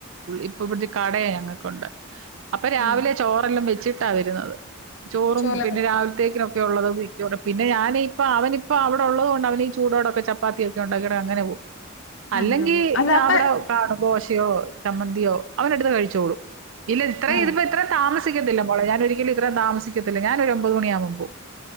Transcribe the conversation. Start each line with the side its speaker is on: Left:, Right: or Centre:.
Right: ഇപ്പ ഇവിടെത്തെ കടയ ഞങ്ങൾക്കുണ്ട് അപ്പൊ രാവിലെ
Left: ആ
Right: ചോറെല്ലാം വെച്ചിട്ടാ വരുന്നത് ചോറും
Left: ചോല
Right: പിന്നെ
Left: മതി
Right: രാവിലത്തേക്ക ഉള്ളത് പിന്നെ ഞാൻ ഇപ്പ അവനിപ്പോ അവിടെ ഉള്ളതുകൊണ്ട് അവന് ചൂടോടൊക്കെ ചപ്പാത്തി ഒക്കെ ഉണ്ടാക്കിയിട്ട് അങ്ങനെ പോവും.
Left: ആ,
Right: അല്ലെങ്കി
Left: അങ്ങനെ പോകും അല്ല അപ്പ
Right: അവിടെ കാണും. ദോശയോ ചമ്മന്തിയോ അവന് എടുത്ത് കഴിച്ചോളും. ഇല്ല ഇത്രേ
Left: ആ
Right: ഇതിപ്പ ഇത്ര താമ സിക്കത്തില്ല മോളേ. ഞാൻ ഒരിക്കലും ഇത്രയും താമസിക്കത്തില്ല. ഞാൻ ഒരു ഒമ്പത് മണിയാകുമ്പോൾ പോകും.